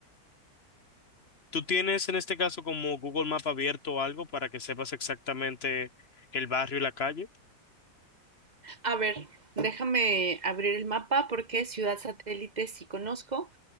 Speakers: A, on the left; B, on the right.
A: ¿Tú tienes en este caso como Google Map abierto o algo para que sepas exactamente el barrio y la calle?
B: A ver, déjame abrir el mapa porque Ciudad Satélite sí conozco.